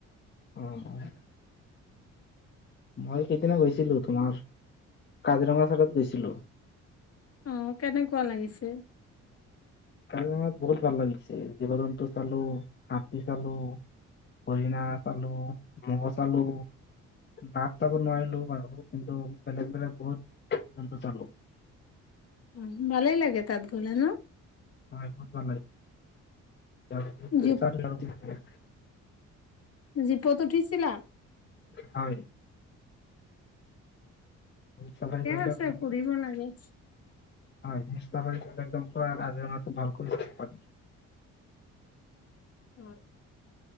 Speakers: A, on the left; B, on the left.
A: অ' অ'। মই সিদিনা গৈছিলো, তোমাৰ কাজিৰঙাৰ চাইডত গৈছিলো।
B: অঁ কেনেকুৱা লাগিছে?
A: কাজিৰঙাত বহুত ভাল লাগিছে, জীৱ জন্তু চালো হাতী চালো। হৰিণা চালো মহ চালো। বাঘ চাব নোৱাৰিলো আৰু, কিন্তু বেলেগ বেলেগ বহুত জন্তু চালো।
B: অঁ ভালেই লাগে তাত গলে ন।
A: হয় খুব ভাল লাগে। <inaudible>
B: জীপ জীপত উঠিছিলা।
A: হয়। জীপ চাফাৰী
B: থিকেই
A: কৰিলে
B: আছে
A: বহুত
B: ঘুৰিব লাগে।
A: হয় চেষ্টা কৰিলে একদম পুৰা কাজিৰঙাটো ভাল কৰি চাব পাৰিম।
B: হয়।